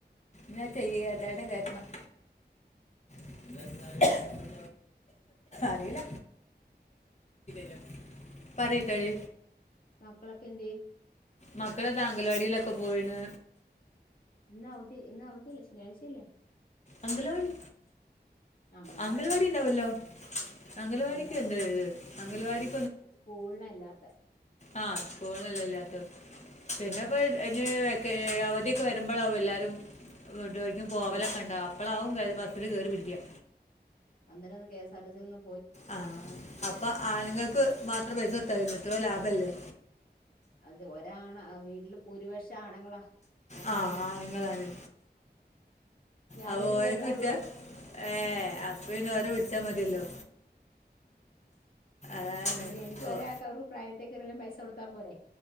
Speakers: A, on the left; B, on the left.
A: ഞാൻ ചെയ്യ എട്ടായിടടെ കേറ്റണം എ
B: ആ, ആ.
A: <inaudible> അറിയില്ല <unintelligible> പറയട്ടടി
B: മക്കളൊക്കെ എന്ത്യേ
A: മക്കളെ ത അങ്കലവാടിയിലൊക്കെ പോയിണ്
B: ഇന്ന അവതി അവതില്ലേ ശനിയാഴ്ചയല്ലേ?
A: അംഗൽവാടി
B: ആ, അംഗൻവാടി
A: അംഗൽവാടി
B: ഉണ്ട്
A: ഉണ്ടാവല്ലോ അംഗൽവാടിക്ക്
B: ഉണ്ട് ഉണ്ട്
A: എന്ത ഒഴിവ് അംഗൽവാടി
B: സ്കൂളിനല്ലാത്ത
A: ആഹ് സ്ക്കൂളിനെല്ലെ ഇല്ലാത്തെല്ലേ പിന്നെപ്പൊ
B: അല്ലാത്ത
A: കെ അവധിയൊക്കെ വരുമ്പോഴാവും എല്ലാവരും എർക്കും പോവലൊക്കെ
B: ആ
A: ഉണ്ടാവും അപ്പോഴാവും ക ഭത്രന് കയറി പിടിക്കുക
B: അന്നെരം കെസ് ആർ ടിസിൽന്നും
A: ആ അപ്പൊ ആണുങ്ങൾക്ക് മാത്രം പൈസ കൊട്ത്താ മതിലേ എത്രയോ ലാഭല്ലേ
B: അത് ഒരാണ വീട്ടില് ഭൂരിപക്ഷം ആണുങ്ങളാ ഞാനെന്നേ
A: ആ ആനുങ്ങളാണ്
B: ഞാനൊരു
A: അപ്പ ഓരക്കെ
B: പെണ്ണേ
A: കുറ്റ
B: ഉള്ളൂ
A: ഏ അപ്പൊ ഇന ഓരോ വിളിച്ചാ മതിയല്ലോ ആണ്
B: അപ്പോ പിന്നെ എനിക്ക്
A: ഓ
B: ഒരാൾക്ക അവർക്ക് പ്രൈവത്തേക്കെ എറും പൈസ കൊടുത്താൻ പോരെ